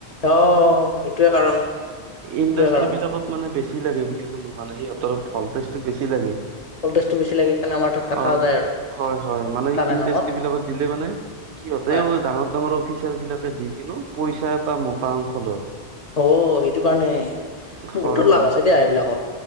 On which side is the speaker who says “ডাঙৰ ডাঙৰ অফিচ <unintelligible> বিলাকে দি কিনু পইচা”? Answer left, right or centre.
Right